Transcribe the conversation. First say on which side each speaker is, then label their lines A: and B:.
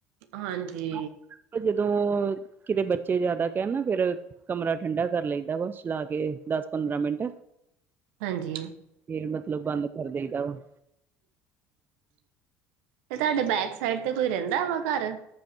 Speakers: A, on the right; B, on the right.
A: ਹਾਂਜੀ
B: ਕਿ ਜਦੋਂ ਕਿਤੇ ਬੱਚੇ ਜਿਆਦਾ ਕਹਿਣ ਨਾ ਫਿਰ। ਕਮਰਾ ਠੰਡਾ ਕਰ ਲਈਦਾ ਵਾ ਚਲਾ ਕੇ ਦਸ ਪੰਦਰਾਂ ਮਿੰਟ।
A: ਹਾਂਜੀ।
B: ਫਿਰ ਮਤਲਬ ਬੰਦ ਕਰ ਦੇਈਦਾ ਹੁਣ।
A: ਤੇ ਤੁਹਾਡੇ ਬੈਕ ਸਾਈਡ ਤੇ ਕੋਈ ਰਹਿੰਦਾ ਵਾ ਘਰ।